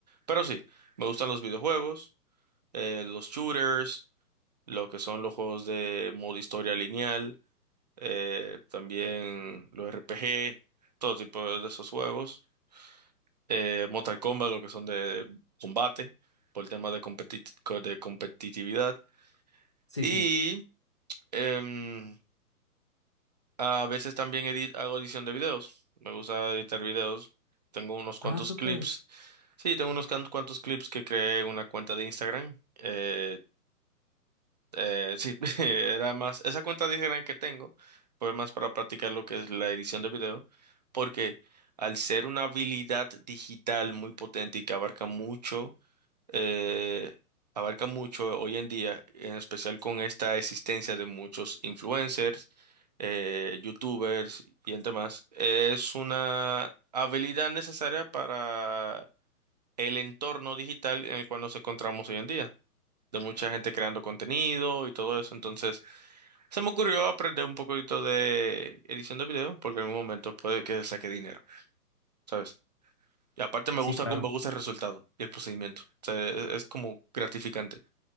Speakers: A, on the right; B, on the left.
A: Pero sí, me gustan los videojuegos, eh, los shooters, lo que son los juegos de modo historia lineal, eh, también los RPG, todo tipo de esos juegos eh, Mortal Kombat, lo que son de combate, por el tema de, competi- co- de competitividad.
B: Sí,
A: Y
B: sí.
A: em, a veces también edit- hago edición de videos. Me gusta editar videos. Tengo unos cuantos
B: Ah, súper.
A: clips. Sí, tengo unos can- cuantos clips que creé en una cuenta de Instagram. Eh, eh, sí, <laughs> era más, esa cuenta de Instagram que tengo fue más para practicar lo que es la edición de video, porque al ser una habilidad digital muy potente y que abarca mucho, eh, abarca mucho hoy en día, en especial con esta existencia de muchos influencers, eh, youtubers y entre más, es una habilidad necesaria para el entorno digital en el cual nos encontramos hoy en día. de mucha gente creando contenido y todo eso. Entonces, se me ocurrió aprender un poquito de edición de video, porque en un momento puede que saque dinero, ¿sabes? Y aparte me
B: Sí,
A: gusta,
B: claro.
A: me gusta el resultado y el procedimiento. O sea, es es como gratificante.